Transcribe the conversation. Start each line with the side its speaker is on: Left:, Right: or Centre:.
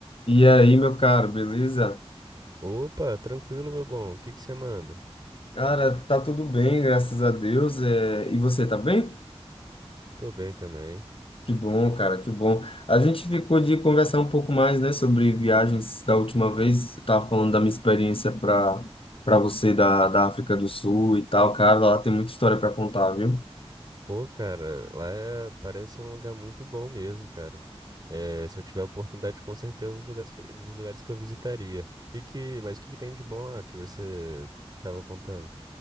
Left: E aí, meu caro, beleza?
Right: Opa, tranquilo, meu bom. O que que você manda?
Left: Cara, tá tudo bem, graças a Deus. É, E você tá bem?
Right: Tô bem também.
Left: Que bom, cara, que bom. A gente ficou de conversar um pouco mais, né, sobre viagens da última vez. Eu tava falando da minha experiência para para você da, da África do Sul e tal, cara. Lá tem muita história para contar, viu?
Right: Pô, cara, lá é- parece um lugar muito bom mesmo, cara. É, se eu tiver oportunidade, com certeza, é um dos lugares que, um dos lugares que eu visitaria. Que que, mas o que que tem de bom lá que você tava contando?